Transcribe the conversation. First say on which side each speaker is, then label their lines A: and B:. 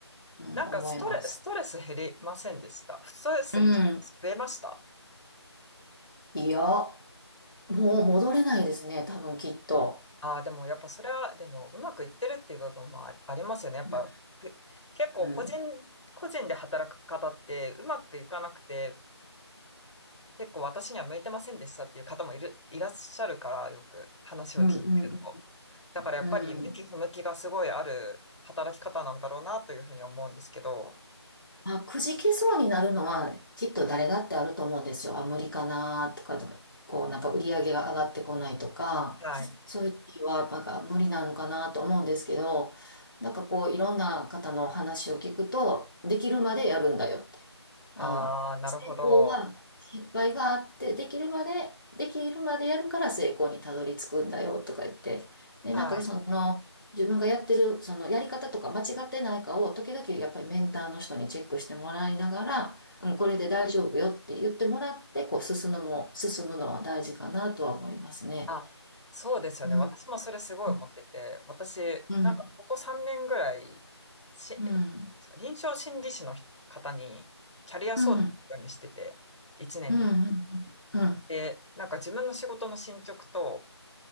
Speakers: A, on the left (about 45°); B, on the left (about 85°).
A: な、うん、
B: なんかストレ、
A: 思います。
B: ストレス減りませんでした。ストレス
A: うん。
B: 増えました
A: いや、もう戻れないですね。多分きっと。
B: ああー、でもやっぱそれは、でもうまくいってるっていう部分もあり、ありますよね。やっぱ、
A: うん。
B: ふ結構個人、
A: うん。
B: 個人で働く方ってうまくいかなくて、結構私には向いてませんでしたっていう方もいる、いらっしゃるから、よく話を聞いてると。
A: うん。うん。
B: だからやっぱり向き不向きがすごいある働き方なんだろうなというふうに思うんですけど。
A: うん。うんあ、くじけそうになるのはきっと誰だってあると思うんですよ。あ、無理かなとかでも、こうなんか売り上げが上がってこないとか、
B: はい。
A: そういう時はなんか無理なのかなと思うんですけど、なんかこういろんな方の話を聞くと、できるまでやるんだよって。あ、
B: ああ、なるほど。
A: 成功は失敗があって、できるまで、できるまでやるから成功にたどり着くんだよとか言って、で、
B: はい。
A: なんかその、自分がやってる、そのやり方とか間違ってないかを、時々やっぱりメンターの人にチェックしてもらいながら、うん、これで大丈夫よって言ってもらって、こう進むのも、進むのは大事かなとは思いますね。
B: あ、そうですよね。
A: うん、
B: 私もそれすごい思ってて、
A: うん、
B: 私、
A: うん、
B: なんかここ3年ぐらい、し、
A: うん、
B: 臨床心理士の方にキャリア相談するようにしてて、
A: うん、
B: 1年に。
A: うん、うん、うん、
B: で、なんか自分の仕事の進捗と、